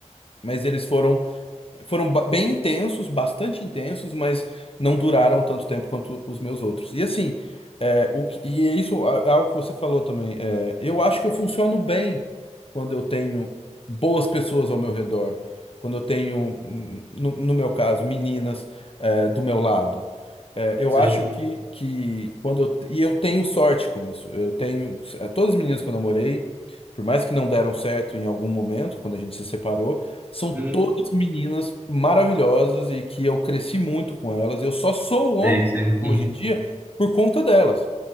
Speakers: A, on the left (about 50°); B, on the right (about 15°).
A: mas eles foram foram ba- bem intensos, bastante intensos, mas não duraram tanto tempo quanto os meus outros. E assim, é, o que, e é isso é algo que você falou também. é, eu acho que eu funciono bem quando eu tenho boas pessoas ao meu redor, quando eu tenho, hum, no, no meu caso, meninas, é, do meu lado. É, eu
B: Sei.
A: acho que, que quando eu, e eu tenho sorte com isso. Eu tenho, é, todas as meninas que eu namorei, por mais que não deram certo em algum momento, quando a gente se separou. São
B: Uhum.
A: todas meninas maravilhosas e que eu cresci muito com elas. Eu só sou o homem
B: Sei, sei, entendi.
A: hoje em dia por conta delas.